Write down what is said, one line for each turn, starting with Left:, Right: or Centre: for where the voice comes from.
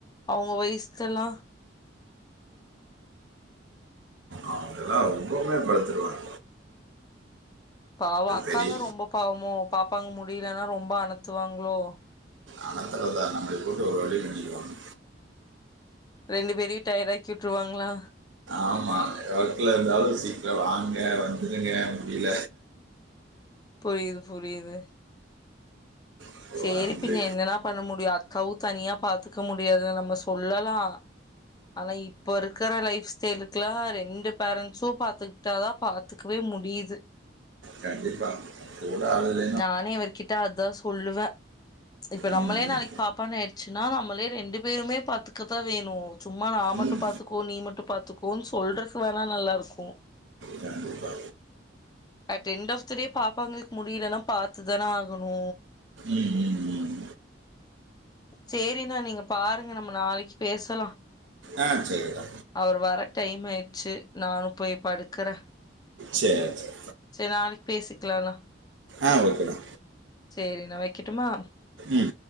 Left: அவங்க வயசுகெல்லா
Right: அவங்கல்லா ரொம்பமே படுத்துடுவாங்
Left: பாவ அக்காதா
Right: பெரிய
Left: ரொம்ப பாவமோ பாப்பாங்க முடியலனா ரொம்ப அனத்துவாங்களோ
Right: அனத்துறதா நம்மளை போட்டு ஒரு வழி பண்ணிடுவாங்க
Left: ரெண்டு பேரையு டயடாக்கி வுட்ருவாங்களா
Right: ஆமா ஒர்க் ல இருந்தாலு சீக்கிர வாங்க வந்துருங்க முடில
Left: புரியுது புரியுது
Right: இப்போ
Left: செரி
Right: வந்து
Left: பின்ன என்னதா பண்ண முடியுது அக்காவு தனியா பாத்துக்க முடியாது நம்ம சொல்லலா அன இப்ப இருக்கிற லைஃப் ஸ்டைலுக்குல்லா ரெண்டு பேரண்ட்ஸும் பாத்து க்கிட்டா தா பாத்துக்கவே முடியுது
Right: கண்டிப்பா போடாதது
Left: நானே இவர்கிட்ட அதா சொல்லுவே இப்ப நம்ளே
Right: ம்,
Left: நாளைக்கு பாப்பான்னு ஆயிடுச்சுன்னா நம்ளே ரெண்டு பேருமே பாத்துக்கதா வேணு சும்மா நா மட்டு
Right: ம்
Left: பாத்துக்கோ நீ மட்டு பாத்துக்கோன்னு சொல்றக்கு வேணா நல்லா இருக்கு
Right: கண்டிப்பா
Left: at end of the day பாப்பங்களுக்கு முட் ரிருயெல்ல பாத்துதான ஆகணு
Right: ம் ம் ம்
Left: சேரினா நீங்க பாருங்க நம்ம நாளைக்கு பேசலா
Right: ஆ செரிங்க
Left: அவர் வர டைம் ஆயிடுச்சு நானு போய் படுக்கற
Right: செர் செ
Left: செரி நாளைக்கு பேசிக்கலாண்ணா
Right: ஆ ஓகேடா
Left: செரி நா வெக்கட்டுமா
Right: ம்